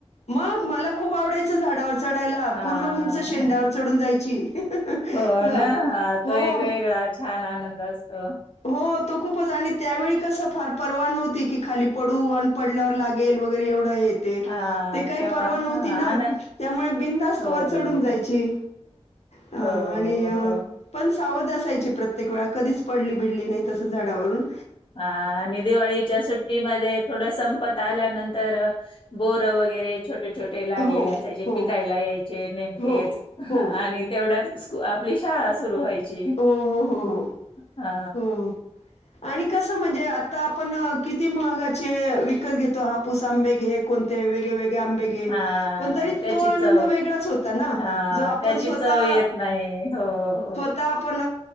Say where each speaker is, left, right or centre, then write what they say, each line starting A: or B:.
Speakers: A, on the left (about 80°); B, on the left (about 50°).
A: मग मला खूप आवडायचं झाडावर चढायला,
B: हा
A: पूर्ण उंच शेंड्यावर
B: हा
A: चढून जायची.
B: हो
A: हां.
B: ना, हा तो
A: हो.
B: एक वेगळा छान आनंद असतो.
A: हो तो खूपच आणि त्यावेळी कस फार परवा नव्हती की खाली पडू आणि पडल्यावर लागे गेल वगैरे एवढं हेत.
B: हां,
A: ते काय
B: तेव्हा
A: परवा नव्हती
B: हां, आन
A: ना, त्यामुळे बिंधास्त
B: हो,
A: वर चढून जायची.
B: हो,
A: हा
B: हो,
A: आणि अ
B: हो.
A: पण सावध असायची प्रत्येक वेळा कधीच पडली- बिडली नाही तसं झाडावरून.
B: हा आणि दिवाळीच्या सुट्टीमध्ये थोड संपत आल्यानंतर बोर वगैरे छोटे- छोटे लागलेले
A: हो,
B: असायचे.
A: हो,
B: पिकायला यायचे नेमकेच
A: हो, हो, हो,
B: आणि तेवढ्यात स्क, आपली शाळा सुरू व्हायची.
A: हो, हो, हो,
B: अ
A: हो. आणि कसं म्हणजे आता आपण, किती महागाचे विकत घेतो. हापूस आंबे घे कोणते ते वेगळे, वेगळे आंबे
B: हां,
A: पण तरी
B: त्याची
A: तो आनंद
B: चव
A: वेगळाच होता ना,
B: हां,
A: जो आपण
B: त्याची
A: स्वतःता
B: चव येत नाही. हो, हो.
A: आता आपण